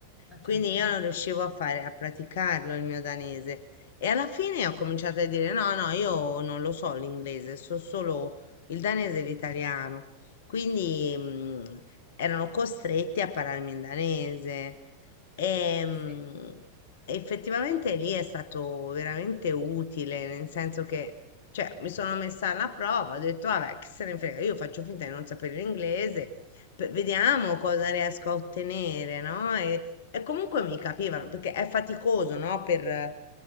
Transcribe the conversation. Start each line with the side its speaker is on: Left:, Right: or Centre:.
Centre: Ah,
Left: Quindi
Centre: certo.
Left: io non riuscivo a fare, a praticarlo il mio danese. E alla fine ho cominciato a dire no, no, io non lo so l'inglese, so solo il danese e l'italiano. Quindi, mhmm, erano costretti a parlarmi in danese. Ehm,
Centre: Eh sì.
Left: effettivamente lì è stato veramente utile, nel senso che, cioè, mi sono messa alla prova, ho detto, vabbè, che se ne frega, io faccio finta di non sapere l'inglese, pe- vediamo cosa riesco a ottenere, no? E, e comunque mi capivano, perché è faticoso, no? Per,